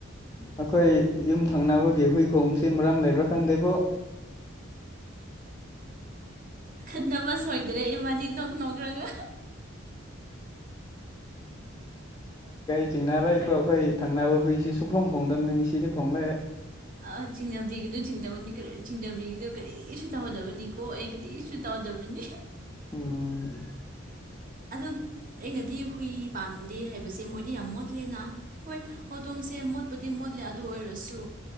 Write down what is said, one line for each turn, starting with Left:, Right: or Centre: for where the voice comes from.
Left: ꯑꯩꯈꯣꯏ ꯌꯨꯝ ꯊꯪꯅꯕꯒꯤ ꯍꯨꯏ ꯈꯣꯡꯕꯁꯤ ꯃꯔꯝ ꯂꯩꯕ꯭ꯔꯥ ꯈꯪꯗꯦꯕꯣ
Right: ꯐꯨꯅꯕ ꯁꯣꯏꯗ꯭ꯔꯦ ꯏꯕꯥꯅꯤ ꯅꯣꯛ ꯅꯣꯛꯔꯒ
Left: ꯆꯤꯡꯅꯔꯦꯀꯣ ꯑꯩꯈꯣꯏ ꯊꯪꯅꯕ ꯍꯨꯏꯁꯤ ꯁꯨꯈꯣꯡ ꯈꯣꯡꯗꯝꯅꯦ ꯉꯁꯤꯗꯤ ꯈꯣꯡꯂꯦ
Right: ꯑꯥ ꯆꯤꯡꯅꯕꯤꯒꯅꯨ ꯆꯤꯡꯅꯕꯅꯤ ꯀꯔꯤ ꯆꯤꯡꯅꯕꯤꯒꯅꯨ ꯀꯔꯤꯁꯨ ꯇꯧꯗꯕꯅꯤꯀꯣ ꯑꯩ ꯀꯔꯤꯁꯨ ꯇꯧꯗꯕꯅꯤ
Left: ꯎꯝ
Right: ꯑꯗꯨꯝ ꯑꯩꯅꯗꯤ ꯍꯨꯏ ꯄꯥꯝꯗꯦ ꯍꯥꯏꯕꯁꯦ ꯃꯣꯏꯗꯤ ꯌꯥꯝ ꯃꯣꯠꯂꯦꯅ ꯍꯣꯏ ꯍꯧꯗꯣꯡꯁꯦ ꯃꯣꯠꯄꯗꯤ ꯃꯣꯠꯂꯦ ꯑꯗꯨ ꯑꯣꯏꯔꯁꯨ